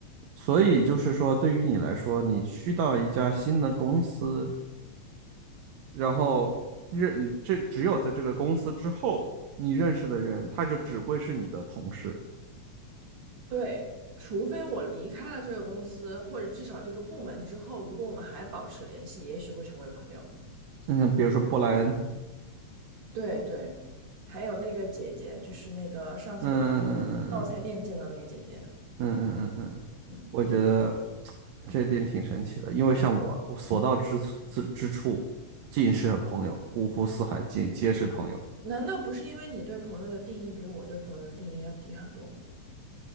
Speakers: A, on the right; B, on the right.
A: 所以就是说，对于你来说，你去到一家新的公司，然后认这只有在这个公司之后，你认识的人，他就只会是你的同事。
B: 对，除非我离开了这个公司，或者至少这个部门之后，如果我们还保持联系，也许会成为朋友。
A: 嗯，比如说布莱恩，
B: 对对，还有那个姐姐，就是那个上次我们在泡菜店见到那个姐姐，
A: 嗯嗯嗯嗯嗯嗯嗯，
B: 嗯，
A: 我觉得这点挺神奇的，因为像我，我所到之处之之处，尽是朋友，五湖四海皆皆是朋友。
B: 难道不是因为你对朋友的定义比我对朋友的定义要低很多吗？